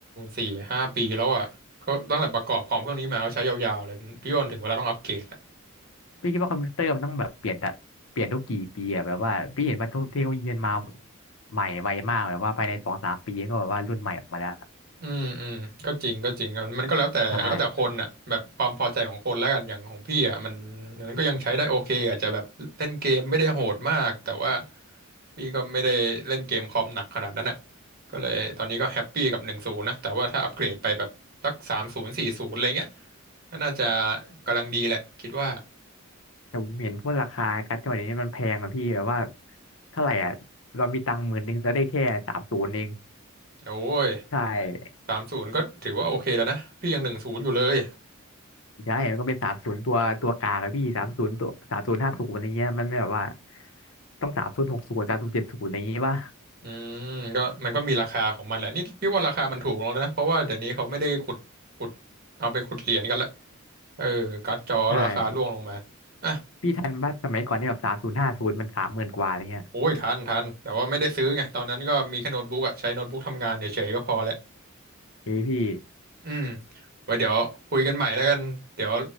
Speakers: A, on the right; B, on the left.
A: สี่ห้าปีแล้วอ่ะก็ตั้งแต่ประกอบคอมเครื่องนี้มาก็ใช้ยาวๆเลย พี่ว่าถึงเวลาต้องอัปเกรดแล้ว
B: พี่คิดว่าคอมพิวเตอร์มันต้องแบบเปลี่ยนแต่เปลี่ยนทุกกี่ปีอะแบบว่าพี่เห็นมาทุกเทคโนโลยีมันมาใหม่ไวมากแบบว่าภายในสองสามปีก็แบบว่ารุ่นใหม่ออกมาแล้ว
A: อืมอืมก็จริงก็จริงครับมันก็แล้วแต่แล้วแต่คนอ่ะแบบความพอใจของคนแล้วกันอย่างของพี่อ่ะมัน
B: ใช่
A: มันก็ยังใช้ได้โอเคอาจจะแบบเล่นเกมไม่ได้โหดมากแต่ว่า พี่ก็ไม่ได้เล่นเกมคอมหนักขนาดนั้นน่ะก็เลยตอนนี้ก็แฮปปี้กับหนึ่งศูนย์นะ แต่ว่าถ้าอัปเกรดไปแบบสักสามศูนย์สี่ศูนย์อะไรเงี้ยก็น่าจะกำลังดีแหละคิดว่า
B: แต่ผมเห็นพวกราคาการ์ดจอเดี๋ยวนี้มันแพงอะพี่แบบว่าเท่าไหร่อะเรามีตังค์หมื่นหนึงจะได้แค่สามศูนย์เอง
A: โอ้ย
B: ใช่
A: สามศูนย์ก็ถือว่าโอเคแล้วนะพี่ยังหนึ่งศูนย์อยู่เลย
B: ใช่มันก็เป็นสามศูนย์ตัวตัวกลางอะพี่สามศูนย์ตัวสามศูนย์ห้าศูนย์อะไรเงี้ยมันไม่แบบว่าต้องสามศูนย์หกศูนย์สามศูนย์เจ็ดศูนย์อะไรอย่างงี้ยป่ะ
A: อืมก็มันก็มีราคาของมันแหละนี่พี่ว่าราคามันถูกแล้วนะเพราะว่าเดี๋ยวนี้เขาไม่ได้ขุดขุดเอาไปขุดเหรียญกันละเออการ์ดจอราคาร่วงลงมาอ่ะ
B: ใช่พี่ทันป่ะสมัยก่อนนี่แบบสามศูนย์ห้าศูนย์มันสามหมื่นกว่าอะไรเงี้ย
A: โอ้ยทันทันแต่ว่าไม่ได้ซื้อไงตอนนั้นก็มีแค่โน้ตบุ๊กอะใช้โน้ตบุ๊กทำงานเฉยๆก็พอแหละ
B: เอ้ยพี่
A: อืมไว้เดี๋ยวคุยกันใหม่แล้วกัน เดี๋ยว